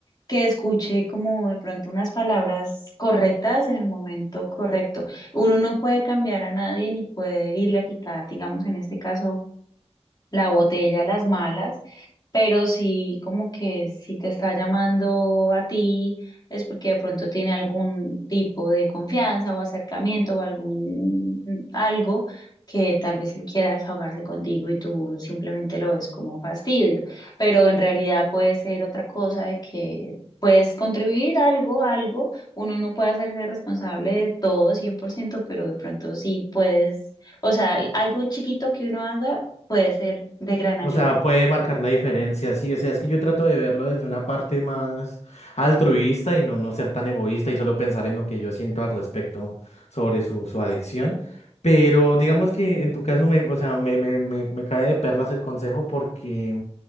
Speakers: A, on the left (about 40°); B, on the left (about 80°).
A: que escuche como de pronto unas palabras correctas en el momento correcto. Uno no puede cambiar a nadie ni puede irle a quitar, digamos, en este caso la botella, las malas, pero sí, como que si te está llamando a ti es porque de pronto tiene algún tipo de confianza o acercamiento o algún algo que tal vez él quiera desahogarse contigo y tú simplemente lo ves como fastidio, pero en realidad puede ser otra cosa de que puedes contribuir algo, algo, uno no puede hacerse responsable de todo 100% pero de pronto sí puedes o sea, algo chiquito que uno haga puede ser de gran
B: o
A: ayuda.
B: sea, puede marcar la diferencia? Sí, o sea, es que yo trato de verlo desde una parte más altruista y no, no ser tan egoísta y solo pensar en lo que yo siento al respecto sobre su, su adicción. Pero digamos que en tu caso me, o sea, me, me, me, me cae de perlas el consejo porque